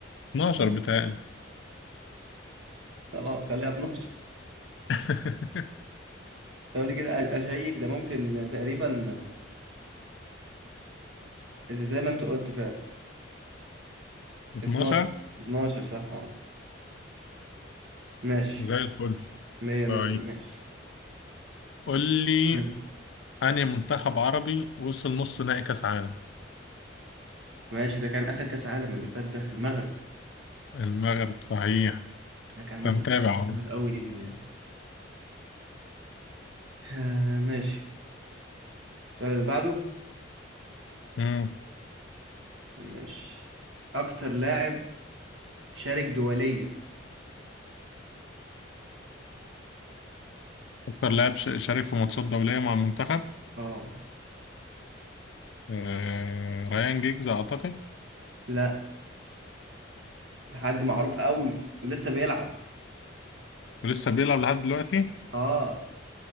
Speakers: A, on the left; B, on the right.
A: 12 بتهيألي
B: خلاص خليها 12
A: <laughs>
B: ثواني كده أ- اشيك ده ممكن تقريبا زي ما انت قلت فعلا
A: 12
B: 12 12 صح اه ماشي
A: زي الفل
B: مية
A: طيب
B: مية ماشي
A: قول لي
B: مم.
A: أنهي منتخب عربي وصل نص نهائي كأس عالم
B: ماشي ده كان آخر كأس عالم اللي فات ده المغرب
A: المغرب صحيح
B: ده كان موسم
A: أنت متابع
B: بصراحة
A: أهو.
B: جامد أوي ليهم يعني آه، ماشي السؤال اللي بعده
A: مم.
B: ماشي أكتر لاعب شارك دوليا
A: أكتر لاعب ش- شارك في ماتشات دولية مع المنتخب
B: اه
A: آه... ريان جيجز أعتقد
B: لا حد معروف أوي ولسه بيلعب
A: ولسه بيلعب لحد دلوقتي
B: اه